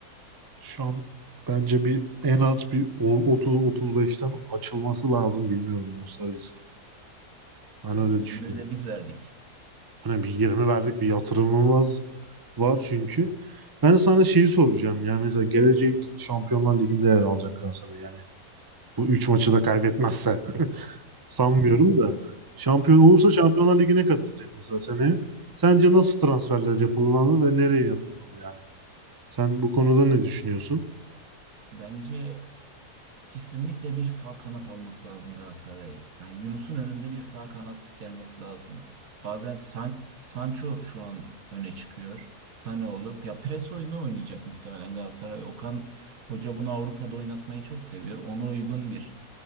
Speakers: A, on the right; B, on the right.
A: şu an bence bir en az bir 30-35'ten açılması lazım bilmiyorum bonservisinin. Ben
B: Yani
A: öyle
B: 20'de
A: düşünüyorum.
B: biz verdik.
A: Hani bir 20 verdik bir yatırımımız var çünkü. Ben sana şeyi soracağım. Yani mesela gelecek Şampiyonlar Ligi'nde yer alacak Galatasaray yani. Bu 3 maçı da kaybetmezse. <laughs> Sanmıyorum da. Şampiyon
B: Ben
A: olursa
B: de.
A: Şampiyonlar Ligi'ne katılacak mesela seneye. Sence nasıl transferler yapılmalı ve nereye yapılmalı yani? Sen bu konuda ne düşünüyorsun?
B: Bence kesinlikle bir sağ kanat alması lazım Galatasaray'ın. Yani Yunus'un önünde bir sağ kanat gelmesi lazım. Bazen San- Sancho şu an öne çıkıyor. Sane olur. Ya pres oyunu oynayacak muhtemelen Galatasaray. Okan Hoca bunu Avrupa'da oynatmayı çok seviyor. Ona uygun bir